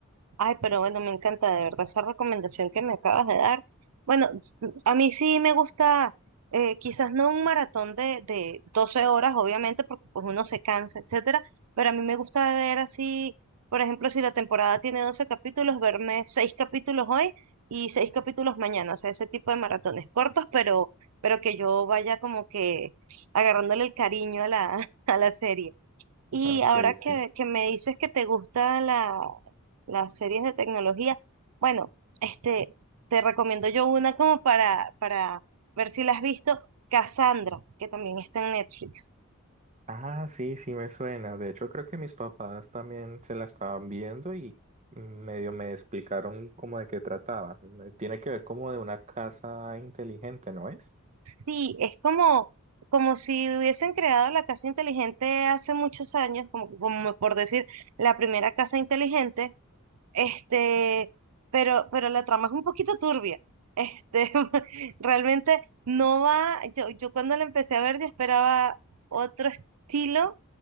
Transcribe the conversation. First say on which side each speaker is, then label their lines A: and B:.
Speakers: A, on the right; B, on the right.
A: Ay, pero bueno, me encanta de verdad esa recomendación que me acabas de dar. Bueno, s- a mí sí me gusta, eh, quizás no un maratón de, de 12 horas, obviamente, porque pues uno se cansa, etcétera, pero a mí me gusta ver así, por ejemplo, si la temporada tiene 12 capítulos, verme 6 capítulos hoy y 6 capítulos mañana, o sea, ese tipo de maratones cortos, pero, pero que yo vaya como que agarrándole el cariño a la, <laughs> a la serie. Y
B: <laughs> Ok,
A: ahora
B: sí.
A: que, que me dices que te gustan la, las series de tecnología, bueno, este, te recomiendo yo una como para, para ver si la has visto, Cassandra, que también está en Netflix.
B: Ah, sí, sí me suena. De hecho, creo que mis papás también se la estaban viendo y medio me explicaron como de qué trataba. Me- Tiene que ver como de una casa inteligente, ¿no es?
A: Sí, es como, como si hubiesen creado la casa inteligente hace muchos años, como, como por decir, la primera casa inteligente, Este, pero, pero la trama es un poquito turbia. Este, <laughs> realmente no va. Yo, yo cuando la empecé a ver, yo esperaba otro estilo.